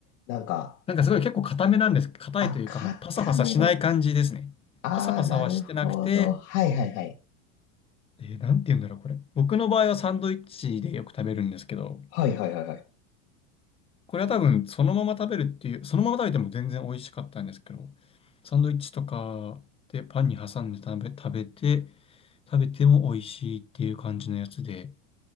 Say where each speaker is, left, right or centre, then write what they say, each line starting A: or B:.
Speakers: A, on the left; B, on the left.
A: なんか、
B: なんかすごい結構硬めなんです。硬いというか、
A: あ、固めの。
B: もうパサパサしない感じですね。
A: ああ、
B: パサパサはしてなくて、
A: なるほど。はいはいはい。
B: えーなんて言うんだろう、これ。僕の場合はサンドイッチでよく食べるんですけど、
A: はいはいはいはい。
B: これは多分そのまま食べるっていう、そのまま食べても全然美味しかったんですけど、サンドイッチとかでパンに挟んで食べ、食べて、食べても美味しいっていう感じのやつで、